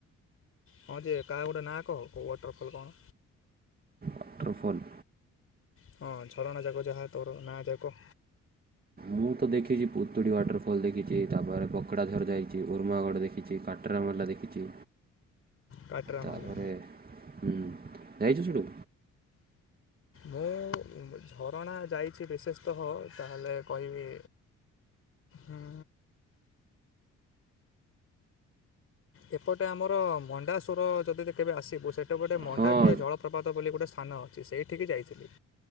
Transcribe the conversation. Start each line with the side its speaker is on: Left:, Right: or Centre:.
Left: ହଁ ଯେ କାହା ଗୋଟେ ନାଁ କହ କୋଉ ୱାଟରଫଲ୍ କଣ?
Right: ୱାଟରଫଲ୍
Left: ହଁ ଝରଣା ଯାକ ଯାହା ତୋର ନାଁ ଯାକ।
Right: ମୁଁ ତ ଦେଖିଛି ପୁତୁଡ଼ି ୱାଟରଫଲ୍ ଦେଖିଚି ତାପରେ ବକଡ଼ାଝର ଯାଇଚି ଉର୍ମାାଗଡ଼ ଦେଖିଛି କା ଅଟ୍ରାମଲା ଦେଖିଛି
Left: କାଟରାମାଲା
Right: ତାପରେ ହୁଁ ଯାଇଚୁ ସେଠୁ?
Left: ମୁଁ ଝରଣା ଯାଇଚି ବିଶେଷତଃ ତାହେଲେ କହିବି ହୁଁ। ଏପଟେ ଆମର ମଣ୍ଡା ଶୁର ଯଦି ତୁ କେବେ ଆସିବୁ ସେଟପଟେ ମଣ୍ଡା
Right: ହଁ
Left: କିଆ ଜଳ ହଥପାତ ବୋଲି ଗୋଟେ ସ୍ଥାନ ଅଛି ସେଇଠିକି ଯାଇଥିଲି।